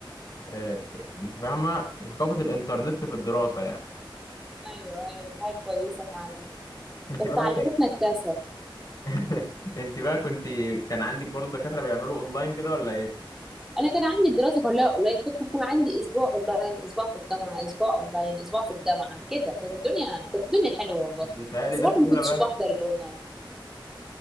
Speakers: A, on the left; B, in the centre.
A: آه، أنت فاهمة ثقافة الإنترنت في الدراسة يعني
B: ايوه ايوه دي حاجه كويسه فعلا
A: انت
B: بس
A: بقى
B: علمتنا
A: كان
B: الكسل
A: <laughs> انت بقى كنت كان عندك برضه دكاترة بيعملوا اونلاين كده ولا ايه
B: انا كان عندي الدراسه كلها اونلاين كنت كان عندي اسبوع اونلاين اسبوع في الجامعه اسبوع اونلاين اسبوع في الجامعه كده كانت الدنيا كانت الدنيا حلوه والله
A: بس بيتهيألي
B: بس
A: ده
B: برضه
A: في اولى
B: ما كنتش
A: بس
B: بحضر الاونلاين